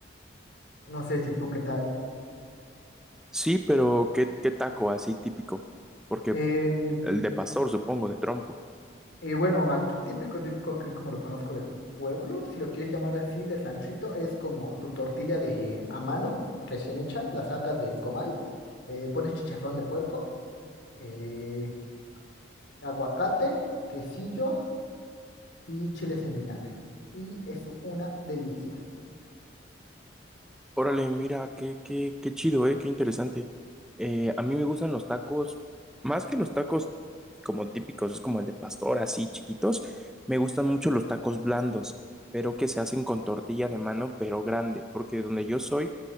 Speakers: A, on the left; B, in the centre.
A: No sé si tú qué tal.
B: Sí, pero ¿qué, qué taco así típico? Porque
A: Eh,
B: el de pastor, supongo, de trompo.
A: Y bueno, aquí típico, típico, aquí como lo conozco de pueblo, si lo quieres llamar así, de ranchito, es como tu tortilla de a mano, recién hecha, la sacas del comal, le pones chicharrón de puerco, eh, aguacate, quesillo y chiles en vinagre. Y es una delicia.
B: Órale, mira, qué, qué, qué chido, ¿eh? Qué interesante. Eh, a mí me gustan los tacos, más que los tacos como típicos, es como el de pastor, así chiquitos, me gustan mucho los tacos blandos, pero que se hacen con tortilla de mano, pero grande, porque donde yo soy,